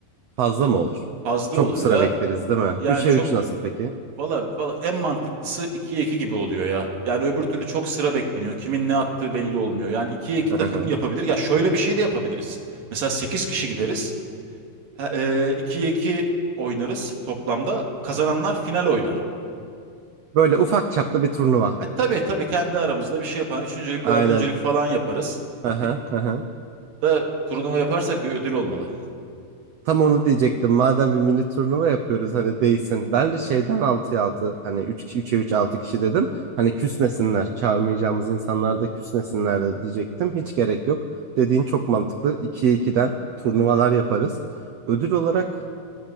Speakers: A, on the right (about 85°); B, on the right (about 70°).
A: Fazla mı olur?
B: Fazla
A: Çok
B: olur
A: sıra
B: ya.
A: bekleriz değil mi?
B: Yani
A: Üçe
B: çok
A: 3 nasıl peki?
B: Valla valla en mantıklısı 2'ye 2 gibi oluyor ya. Yani öbür türlü çok sıra bekleniyor. Kimin ne attığı belli olmuyor. Yani 2'ye 2 takım
A: Hı hı,
B: yapabilir. Ya şöyle bir şey de yapabiliriz. Mesela 8 kişi gideriz. Ha, e, 2'ye 2 oynarız toplamda. Kazananlar
A: hı hı,
B: final
A: hı hı.
B: oynar.
A: Böyle ufak çaplı bir turnuva.
B: Ha, tabii tabii kendi aramızda bir şey yapan üçüncülük,
A: Aynen.
B: dördüncülük falan yaparız.
A: Hı hı,
B: Bir
A: hı hı.
B: de turnuva yaparsak bir ödül olmalı.
A: Tam onu diyecektim. Madem bir mini turnuva yapıyoruz hani değsin. Ben de şeyden 6'ya 6 hani 3 kişi 3'e 3 6 kişi dedim. Hani küsmesinler. Çağırmayacağımız insanlar da küsmesinler de diyecektim. Hiç gerek yok. Dediğin çok mantıklı. 2'ye 2'den turnuvalar yaparız. Ödül olarak